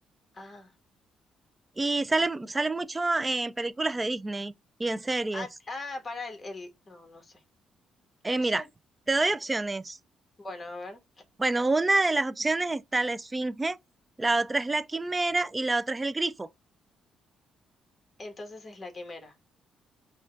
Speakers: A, on the left; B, on the right.
A: Ah,
B: Y salen, salen mucho en películas de Disney y en series.
A: ah, ah, para el, el. No, no sé.
B: Eh,
A: No
B: mira,
A: sé.
B: te doy opciones.
A: Bueno, a ver.
B: Bueno, una de las opciones está la esfinge, la otra es la quimera y la otra es el grifo.
A: Entonces es la quimera.